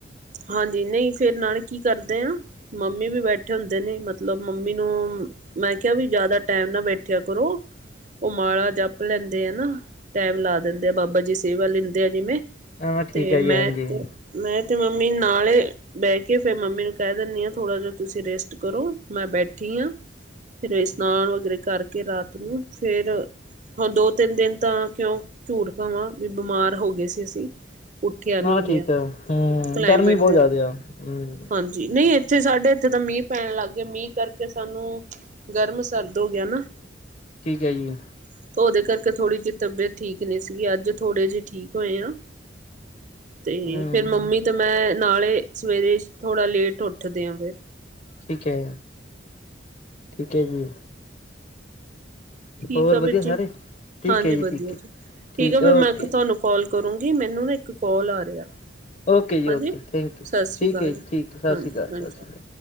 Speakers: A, on the right (about 40°); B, on the left (about 40°).
A: ਹਾਂਜੀ ਨਹੀਂ ਫੇਿਰ ਨਾਲ ਕੀ ਕਰਦੇ ਆ ਮੰਮੀ ਵੀ ਬੈਠੇ ਹੁੰਦੇ ਨੇ ਮਤਲਬ ਮੰਮੀ ਨੂੰ ਮੈਂ ਕਿਹਾ ਵੀ ਜ਼ਿਆਦਾ ਟਾਈਮ ਨਾ ਬੈਠਿਆ ਕਰੋ। ਉਹ ਮਾਲਾ ਜਪ ਲੈਂਦੇ ਆ ਨਾ, ਟੈਮ ਲਾ ਦਿੰਦੇ ਆ। ਬਾਬਾ ਜੀ ਸੇਵਾ ਲੈਂਦੇ ਆ ਜਿਵੇਂ
B: ਮੈਂ ਠੀਕ
A: ਤੇ
B: ਹੈ
A: ਮੈਂ
B: ਜੀ ਹਾਂਜੀ
A: ਤੇ ਮੈਂ ਤੇ ਮੰਮੀ ਨਾਲੇ ਬਹਿ ਕੇ ਫੇਿਰ ਮੰਮੀ ਨੂੰ ਕਹਿ ਦਿੰਨੀ ਆ, ਥੋੜ੍ਹਾ ਜਿਹਾ ਤੁਸੀਂ ਰੇਸਟ ਕਰੋ, ਮੈਂ ਬੈਠੀ ਆ। ਫਿਰ ਇਸ਼ਨਾਨ ਵਗੈਰੇ ਕਰਕੇ ਰਾਤ ਨੂੰ ਫੇਰ ਹੁਣ ਦੋ-ਤਿੰਨ ਦਿਨ ਤਾਂ ਕਿਉਂ ਝੂਠ ਕਵਾਂ ਵੀ ਬਿਮਾਰ ਹੋ ਗਏ ਸੀ ਅਸੀ। ਉੱਠਿਆ ਨੀ
B: ਨਾ ਠੀਕ
A: ਗਿਆ।
B: ਹੈ ਹਮ
A: ਕਲਾਈਮੇਟ
B: ਗਰਮੀ ਬਹੁਤ
A: ਦੇ
B: ਜ਼ਿਆਦਾ ਆ ਹਮ
A: ਹਾਂਜੀ ਨਹੀਂ ਇੱਥੇ ਸਾਡੇ ਇੱਥੇ ਤਾਂ ਮੀਂਹ ਪੈਣ ਲੱਗ ਗਿਆ। ਮੀਂਹ ਕਰਕੇ ਸਾਨੂੰ ਗਰਮ ਸਰਦ ਹੋ ਗਿਆ ਨਾ।
B: ਠੀਕ ਐ ਜੀ।
A: ਤੇ ਉਹਦੇ ਕਰਕੇ ਥੋੜ੍ਹੀ ਜਿਹੀ ਤਬੀਅਤ ਠੀਕ ਨੀ ਸੀਗੀ। ਅੱਜ ਥੋੜੇ ਜਿਹੇ ਠੀਕ ਹੋਏ ਆ। ਤੇ
B: ਹਮ
A: ਫੇਰ ਮੰਮੀ ਤਾਂ ਮੈਂ ਨਾਲੇ ਸਵੇਰੇ ਥੋੜਾ ਲੇਟ ਉੱਠਦੇ ਆਂ ਫੇਰ।
B: ਠੀਕ ਐ। ਠੀਕ ਐ ਜੀ।
A: ਠੀਕ
B: ਹੋਰ
A: ਆ ਵੀਰ
B: ਵਧੀਆ ਸਾਰੇ
A: ਜੀ,
B: ਠੀਕ
A: ਹਾਂਜੀ
B: ਹੈ
A: ਵਧੀਆ
B: ਠੀਕ ਹੈ
A: ਜੀ, ਠੀਕ ਆ ਫ
B: ਹੈ
A: ਮੈਂ
B: ਓਕੇ
A: ਤੁਹਾਨੂੰ
B: ਜੀ
A: ਕੋਾਲ ਕਰੂੰਗੀ, ਮੈਨੂੰ ਨਾ ਇੱਕ ਕਾਲ ਆ ਰਿਹਾ।
B: ਓਕੇ ਜੀ
A: ਹਾਂਜੀ,
B: ਓਕੇ ਥੈਂਕ ਯੂ
A: ਸਤਿ ਸ੍ਰੀ
B: ਠੀਕ
A: ਅਕਾਲ
B: ਹੈ
A: ਜੀ,
B: ਠੀਕ ਹੈ ਸਤਿ
A: ਹਾਂਜੀ
B: ਸ਼੍ਰੀ ਅਕਾਲ
A: -ਹਾਂਜੀ
B: ਸਤਿ ਸ਼੍ਰੀ ਅਕਾਲ